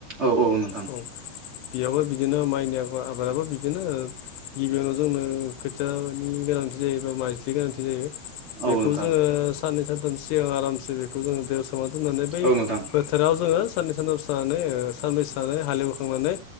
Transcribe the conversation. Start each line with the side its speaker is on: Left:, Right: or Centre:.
Right: औ औ नोंथां
Left: औ बेयावबो बिदिनो माइनि आ आबादाबो बिदिनो गिबियावनो जोंनो खोथियानि गोनांथि जायोबा माइ ज्लि गोनांथि जायो बेखौ
Right: औ
Left: जोङो
Right: नोंथां
Left: साननै सानथाम सिगां आरामसे बेखौ जोङो दैेयाव सोमना दोननानै बै
Right: औ नोंथां
Left: फो थाराव जोङो साननै सानथाम थानानै सानब्रैसो थानानै हालेवखांनानै